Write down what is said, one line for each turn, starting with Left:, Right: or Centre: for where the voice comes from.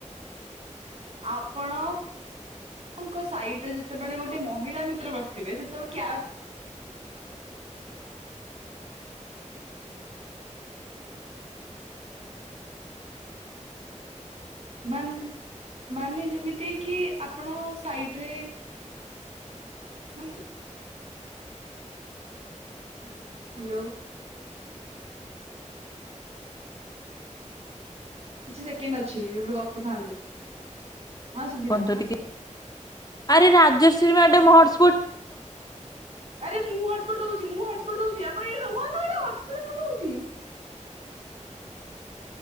Right: ଆପଣଙ୍କ ସାଇଟରେ ଯେତେବେଳେ ଗୋଟେ ମହିଳା ମିତ୍ର ବସିଥିବେ ସେତବେଳେ କ୍ୟା ମାନେ ମାନେ ଯେମିତି କି ଆପଣ ସାଇଟରେ ମାନେ ହ୍ୟାଲୋ। କିଛି ସେକେଣ୍ଡ ଅଛି ଏ ଗୋଟେ ଗପୁଥାନ୍ତୁ। ହଁ ଶୁଭିଲା
Left: କୁହନ୍ତୁ ଟିକେ ଆରେ ରାଜଶ୍ରୀ ମାଡ଼ାମ୍ ହଟ୍
Right: ଆରେ ମୁଁ ହଟସ୍ପଟ୍ ଦଉଛି ମୁଁ ହଟସ୍ପଟ୍ ଆପଣ ଏଇ ରୁହନ୍ତୁ ଆରେ ହଟସ୍ପଟ୍ ମୁଁ ଦଉଛି।